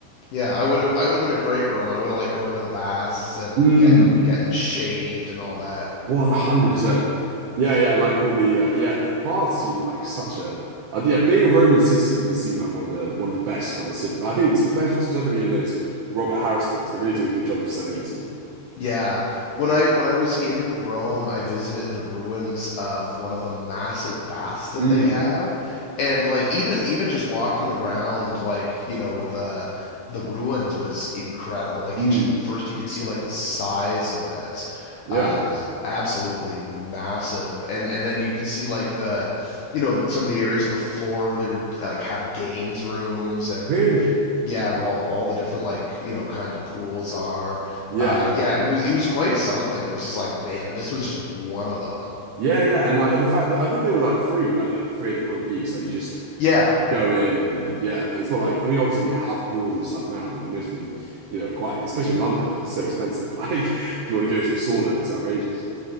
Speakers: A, on the left (about 75°); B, on the right (about 80°).
A: Yeah, I would have. I would have been a great Roman. I would have liked going to the baths and
B: Mm.
A: getting getting shaved and all that.
B: One hundred percent. Yeah, yeah. Like all the uh, yeah, mate. The baths seem like such a uh, yeah. Being a Roman citizen does seem like one of the one of the best kind of. Sit I think spe specifically in those Robert Harris books, they really do a good job of selling it to you.
A: Yeah. When I when I was in Rome, I visited the ruins of one of the massive baths that
B: Mm,
A: they have. And like even even just walking around like, you know, the the ruins was incredible. Like
B: mm,
A: you just first you could see like the size of it.
B: yeah.
A: Uh it's absolutely massive. And and then you could see like the you know some of the areas of the floor where they were like have games rooms and
B: Really?
A: yeah, where all, all the different like you know kind of pools are.
B: Yeah.
A: Uh, yeah, it was it was quite something, and it was just like man, and this was just one of them.
B: Yeah, yeah. And like and the fact that I think they were like free, weren't they? Like free at the point of use. Like you just
A: Yeah.
B: go in and and yeah, like it's not like I mean obviously we have pools and stuff now, but like most of them, you know, quite especially in London, man, it's so expensive. <laughs> Like if you want to go to a sauna, it's outrageous.